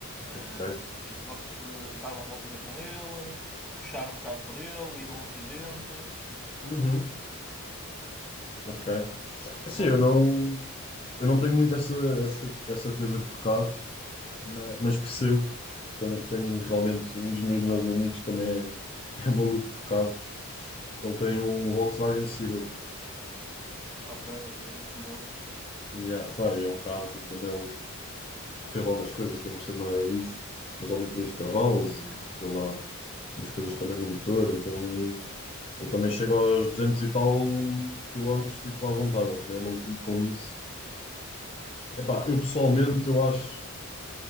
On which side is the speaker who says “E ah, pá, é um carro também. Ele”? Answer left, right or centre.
Left